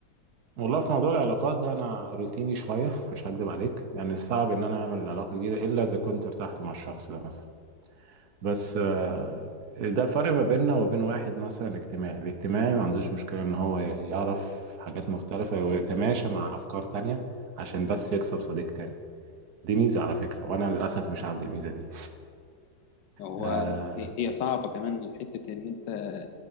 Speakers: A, on the right (about 65°); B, on the left (about 90°).
A: والله في موضوع العلاقات ده انا روتيني شويه مش هكدب عليك يعني صعب ان انا اعمل علاقه جديده الا اذا كنت ارتحت مع الشخص ده مثلا بس آه، ده الفرق ما بيننا وبين واحد مثلا اجتماعي الاجتماعي ما عندوش مشكله ان هو يعرف حاجات مختلفه ويتماشى مع افكار تانية عشان بس يكسب صديق تاني دي ميزه على فكره وانا للاسف مش عندي الميزه دي
B: هو
A: اه
B: هي صعبة كمان حتة إن أنت